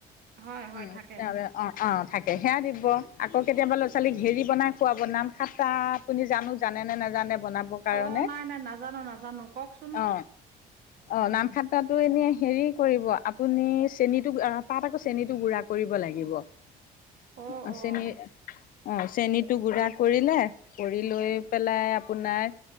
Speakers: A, on the right; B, on the left.
A: হয় হয়
B: উম,
A: থাকে
B: তাৰপিছত অ', অ', থাকে সেয়া দিব, আকৌ কেতিয়াবা ল'ৰা ছোৱালীক হেৰি বনাই খুৱাব, নাম শাতাত আপুনি জানো জানেনে নাজানে বনাবৰ কাৰণে।
A: অঁ নাই নাই, নাজানো-নাজানো, কওঁক চোন।
B: অ অ', নামখাট্টাটো এনে হেৰি কৰিব, আপুনি চেনিটোক আ তাত আকৌ চেনিটো গুড়া কৰিব লাগিব।
A: <inaudible>
B: অ',
A: অঁ
B: চেনিৰ অ', চেনীটো গুড়া কৰিলে, কৰি লৈ পেলাই আপোনাৰ,